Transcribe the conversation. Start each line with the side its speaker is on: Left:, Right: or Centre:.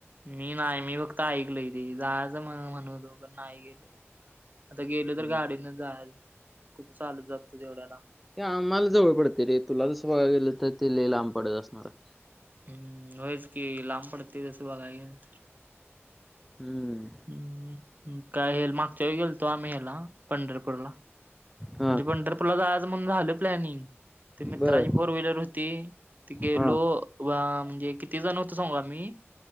Right: मी नाही मी फक्त ऐकलोय तेे जायचं म्ह-म्हणतो पण नाही गेलो. आता गेलो तर
Centre: हं.
Right: गाडीनच जायचं कुठं चालत जातोस एवढ्या लांब.
Centre: ते आम्हाला जवळ पडतंय रे तुला तसं बघाय गेलं तर ते लय लांब पडत असणार आहे.
Right: हम्म होयच की लांब पडतंय तसं बघाय गेलं तर.
Centre: हम्म.
Right: हम्म काय हेल मागच्या गेलतो आम्ही ह्याला पंढरपूरला.
Centre: हां.
Right: म्हणजे पंढरपूरला जायचं म्हणून प्लॅनिंग, ते मित्राची
Centre: बरं.
Right: फोर व्हीलर हो ती ते गेलो.
Centre: हां.
Right: वा म्हणजे किती जण होतो सांगु का आम्ही?